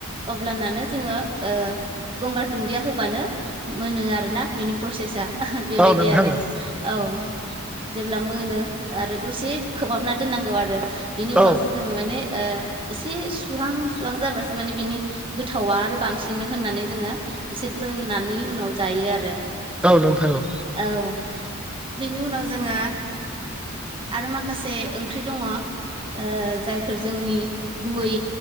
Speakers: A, on the right; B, in the centre.
A: अब्लानानो जोङो ओ गंगार दुन्दिया होबानो मोनो आरोना बेनि प्रसेसा बेबायदि
B: औ नोंथां
A: आरो
B: औ
A: औ जेब्ला मोनो आरो दसे खोबहाबना दोननांगौ आरो बिनि उनावसो
B: औ
A: जोङो माने ओ एसे सुहां सुहां जाबासो माने बिनि गोथावा आरो बांसिनो होननानै जोङो एसे दोननानै उनाव जायो आरो
B: औ नोंथां औ
A: औ बिनि उनाव जोङो आरो माखासे ओंख्रि दङ ओ जायफोर जोंनि गुबै